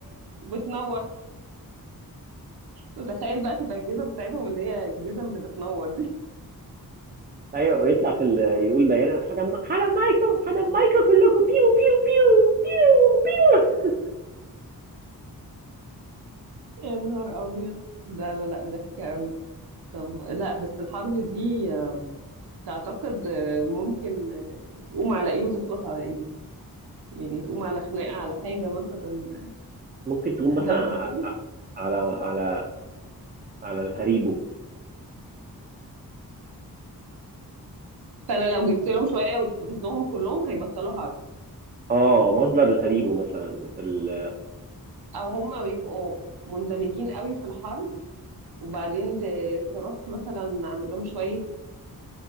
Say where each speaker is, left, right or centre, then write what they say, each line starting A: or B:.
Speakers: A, on the right; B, on the right.
A: وبتنور وتخيل بقى تبقى الجزم بتاعتهم اللي هي الجزم اللي بتنور دي
B: أيوه ويطلع في ال... يقول بيان أنا هدم هدم مايكو هدم مايكو كلكم بيو بيو بيو بيو بيو
A: <laughs> يا نهار ابيض ده لا لا ضحك قوي طب لا بس الحرب دي آه، تعتقد آه، ممكن آه، تقوم على ايه وتخلص على ايه يعني تقوم على خناقه على حاجه مثلا
B: ممكن تقوم مثلا
A: هبله
B: ع-
A: كده
B: على على على الهريبو
A: فانا لو جبت لهم شويه واديت لهم كلهم هيبطلوا حرب
B: اه مصدر الهريبو مثلا ال-
A: او هم بيبقوا مندمجين قوي في الحرب وبعدين ت- تروح مثلا اعمل لهم شويه